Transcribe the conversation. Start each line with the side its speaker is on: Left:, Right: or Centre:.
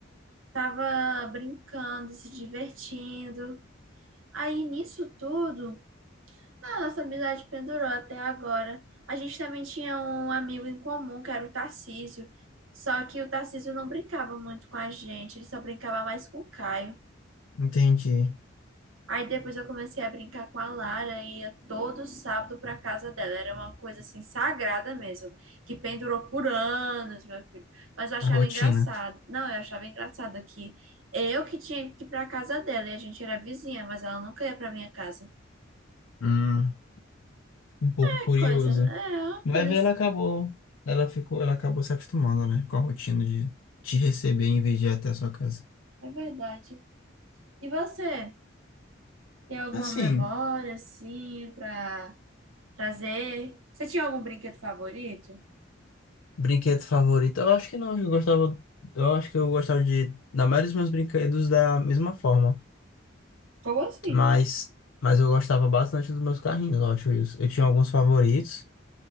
Right: tava brincando, se divertindo. Aí nisso tudo ah, Nossa amizade pendurou até agora. A gente também tinha um amigo em comum, que era o Tarcísio. Só que o Tarcísio não brincava muito com a gente, ele só brincava mais com o Caio.
Left: Entendi.
Right: Aí depois eu comecei a brincar com a Lara e ia todo sábado para casa dela. Era uma coisa assim sagrada mesmo, que pendurou por anos, meu filho. Mas eu achava
Left: A rotina.
Right: engraçado. Não, eu achava engraçado que eu que tinha que ir para casa dela e a gente era vizinha, mas ela nunca ia para minha casa.
Left: Hum, um pouco
Right: É
Left: curioso.
Right: coisa, é uma
Left: Vai
Right: coisa,
Left: ver, ela acabou. Ela ficou, ela acabou se acostumando, né? Com a rotina de te receber em vez de ir até a sua casa.
Right: é verdade. E você? Tem alguma
Left: Assim,
Right: memória, assim, pra trazer? Você tinha algum brinquedo favorito?
Left: brinquedo favorito? Eu acho que não, eu gostava, eu acho que eu gostava de, na maioria dos meus brinquedos da mesma forma,
Right: Como assim?
Left: mas mas eu gostava bastante dos meus carrinhos, eu acho isso. Eu tinha alguns favoritos